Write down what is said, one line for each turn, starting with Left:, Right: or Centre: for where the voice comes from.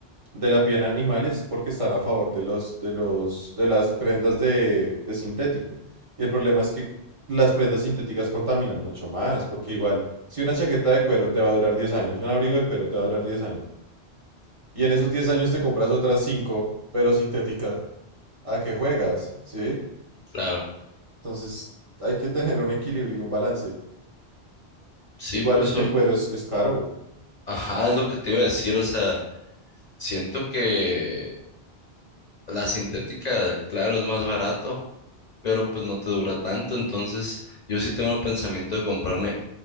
Right: de la piel animal es porque están a favor de los, de los, de las prendas de, de sintético. Y el problema es que las prendas sintéticas contaminan mucho más, porque igual, si una chaqueta de cuero te va a durar diez años, un abrigo de cuero te va a durar 10 años, y en esos 10 años te compras otras cinco pero sintéticas, ¿a qué juegas? ¿Sí?
Left: claro.
Right: Entonces hay que tener un equilibrio y un balance.
Left: Sí,
Right: Igual
Left: pues,
Right: es
Left: o-
Right: que el cuero es, es caro.
Left: ajá, es lo que te iba a decir. O sea, siento que la sintética, claro, es más barato, pero pues no te dura tanto. Entonces, yo sí tengo el pensamiento de comprarme